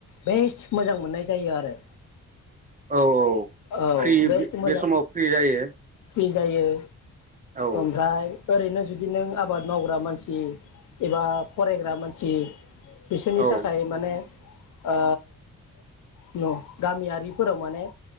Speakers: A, on the left; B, on the right.
A: बेस्ट मोजां मोननाय जायो आरो।
B: औ औ
A: औ
B: फ्रि
A: बेस्ट मोजां
B: बे समाव फ्रि जायो।
A: जायो।
B: औ
A: ओमफ्राय ओरैनो जुदि नों आबाद मावग्रा मानसि एबा फरायग्रा मानसि बिसोरनि
B: औ
A: थाखाय माने ओ न गामियारिफोराव माने